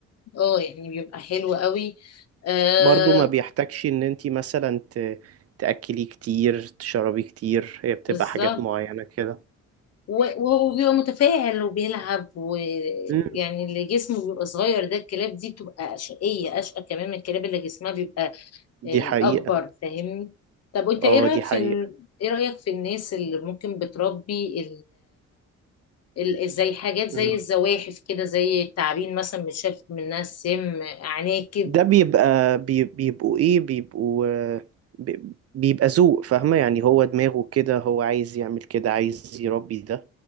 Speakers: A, on the left; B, on the right.
A: اه يعني بيبقى حلو قوي آه
B: برضو ما بيحتاجش ان انتي مثلا ت... تأكلي كتير تشربي كتير هي بتبقى
A: بالظبط
B: حاجات معينة كده
A: و- وهو بيبقى متفاعل وبيلعب ويعني
B: امم
A: اللي جسمه بيبقى صغير ده الكلاب دي بتبقى شقيه اشقى كمان من الكلاب اللي جسمها بيبقى
B: دي
A: آه،
B: حقيقة
A: اكبر فاهمني طب وانت
B: اه
A: ايه رايك
B: دي حقيقة
A: في إن- ايه رايك في الناس اللي ممكن بتربي ال- زي حاجات زي
B: امم
A: الزواحف كده زي التعابين مثلا بتشاف منها السم عناكب
B: ده بيبقى بي- بيبقوا ايه بيبقوا آه، بي- بيبقى ذوق فاهمة يعني هو دماغه كده هو عايز يعمل كده عايز يربي ده